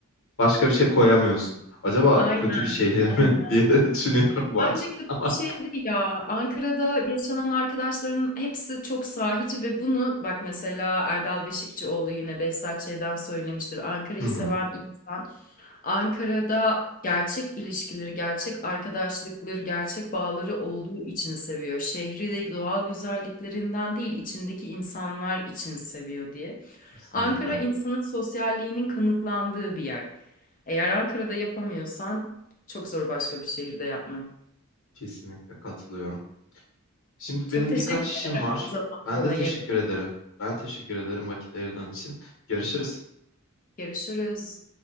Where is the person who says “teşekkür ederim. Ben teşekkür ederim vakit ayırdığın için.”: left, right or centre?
Left